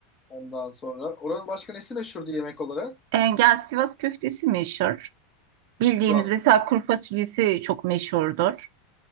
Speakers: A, on the left; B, on the right.
A: Ondan sonra. Oranın başka nesi meşhurdu yemek olarak?
B: E, gel Sivas köftesi meşhur. Bildiğimiz
A: Sivas.
B: mesela kuru fasulyesi çok meşhurdur.